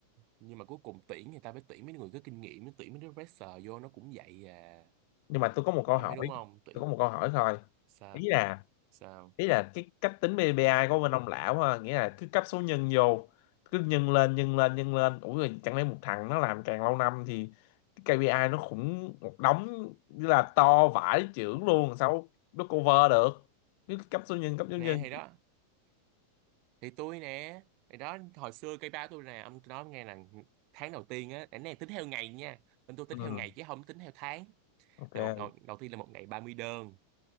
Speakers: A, on the right (about 40°); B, on the left (about 45°).
A: nhưng mà cuối cùng tuyển người ta phải tuyển mấy người có kinh nghiệm mới tuyển mấy đứa fresher vô nó cũng vậy à
B: nhưng mà tôi có một câu
A: ông
B: hỏi
A: thấy đúng không tuyển
B: tôi có một câu hỏi thôi
A: sao
B: ý là
A: sao
B: ý là cái cách tính PPI của bên ông lão ha nghĩa là cứ cấp số nhân vô cứ nhân lên nhân lên nhân lên ủa rồi chẳng lẽ một thằng nó làm càng lâu năm thì cái KPI nó khủng một đống như là to vãi chưởng luôn sao nó cover được cứ cấp số nhân cấp số
A: nè
B: nhân
A: thì đó thì tôi nè thì đó hồi xưa cây ba tôi nè ông tôi nói ông nghe là tháng đầu tiên á cái này tính theo ngày nha bên tôi tính
B: ừ,
A: theo ngày chứ không tính theo tháng
B: ok
A: là một đầu, đầu tiên là một ngày 30 đơn